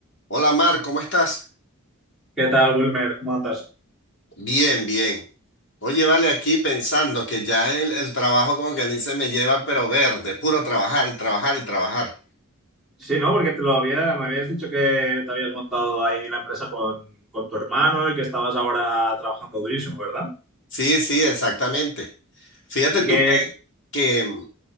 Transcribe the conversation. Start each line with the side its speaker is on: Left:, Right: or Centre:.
Left: Hola Mar, ¿cómo estás?
Centre: ¿Qué tal, Wilmer? ¿Cómo andas?
Left: Bien, bien. Oye, vale, aquí pensando que ya el, el trabajo como que a se me lleva pero verde, puro trabajar y trabajar y trabajar.
Centre: Sí, ¿no? Porque te lo había, me habías dicho que te habías montado ahí la empresa con, con tu hermano y que estabas ahora trabajando durísimo, ¿verdad?
Left: Sí, sí, exactamente. Fíjate
Centre: Y
Left: tú
Centre: que,
Left: que, que,